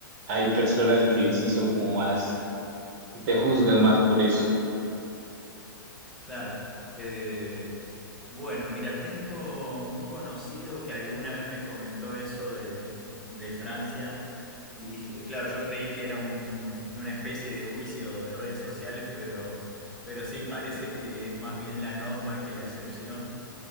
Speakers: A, on the right (about 45°); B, in the centre.
A: hay personas que sí son como más, que te juzgan más por eso.
B: Claro. Eh, bueno, mira, tengo un conocido que alguna vez me comentó eso de, de Francia y dije, claro, yo creí que era un- una especie de juicio de redes sociales, pero, pero sí, parece que es más bien la norma que la excepción.